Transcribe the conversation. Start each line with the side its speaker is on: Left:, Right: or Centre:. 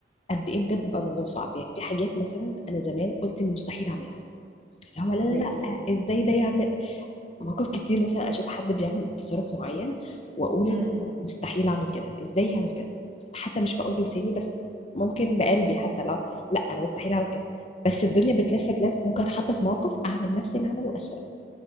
Left: قد ايه بجد بقى الموضوع صعب يعني في حاجات مثلا انا زمان قلت ان مستحيل اعملها اللي هو لا
Right: زي
Left: لا لا
Right: ايه
Left: ازاي ده يعمل مواقف كتير مثلا اشوف حد بيعمل تصرف معين واقول
Right: امم
Left: انه مستحيل اعمل كده ازاي يعمل كده حتى مش بقول بلساني بس ممكن بقلبي حتى لا لا انا مستحيل اعمل كده بس الدنيا بتلف تلف ممكن اتحط في موقف اعمل نفس اللي عمله اسوأ